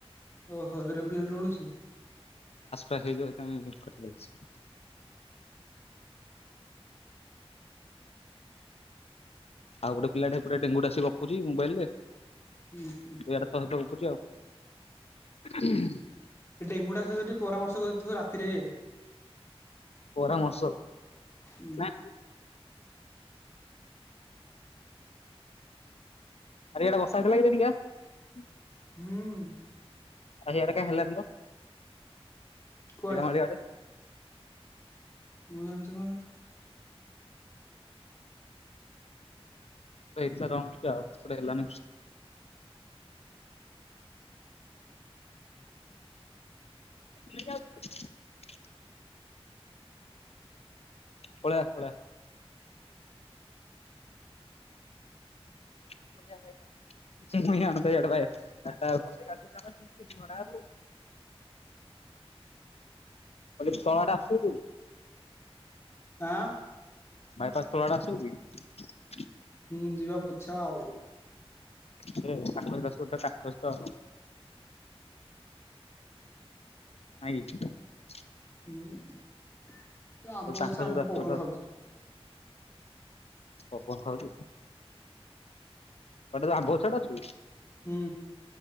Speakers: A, on the left; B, on the left.
A: ଓହୋ ଏରୋପ୍ଲେନ ରେ ଉଡୁଛି
B: ଫ୍ ହେଇଯ କଥାଛ <unintelligible> ଆଉ ଗୋଟେ ପିଲା ପୁରା ଡେଙ୍ଗୁତେ ଆସି ଗପୁଛି ମୋବାଇଲ ରେ
A: ହୁଁ ହୁଁ
B: ଦଡ ତ ସତ ପଖୁଛି ଆଉ <unintelligible>
A: ଡେଙ୍ଗୁ ଟା ସହିତ ଟିକେ ପରାମର୍ଶ କରିଥିବ ରାତିରେ
B: ପରାମର୍ଶ
A: ହୁଁ
B: ନା ଆରେ ଏଡା ବଷକ ଲାଗଥା ଟିକା <unintelligible>
A: ହୁଁ
B: ଆ ଆକାଇ ଖିଲଣି ବା
A: କୁଆଡେ
B: ହିରାମଳି ଗଡେ <unintelligible>
A: ମୁଁ ଗଞ୍ଚଙ୍କ <unintelligible>
B: ଏଥିଲା କାମ ଆଉ ଥ ହେଲା ନ <unintelligible> ମେ ଯାଉଛ <unintelligible> ପଲେଇଆ ପଳେଇଆ
A: ହ <inaudible>
B: ମୁ ଆ ଏଡ <unintelligible>
A: <inaudible>
B: କ ଶଳା ଟା ଆସୁ
A: ଆ
B: ମାଇ ପା ଖୋଲାଡାସ ଭ <unintelligible>
A: ହୁଁ ଯିବା ପଛ ଆଉ
B: କାକ ଦସଧ କାକସ ତ ଆେ <unintelligible>
A: ହଁ ଆମ୍ବ
B: କହିଲି ତାଙ୍କ
A: ଗଛ,
B: ସହିତ
A: ଆମ୍ବ
B: ଆସିବ
A: ପବନ
B: ତ
A: ଖାଉଛି।
B: ପବନ ଖାଉଛୁ, ଗଟେ ଆମ୍ବ ସେଟା ଅଛୁ।
A: ହୁଁ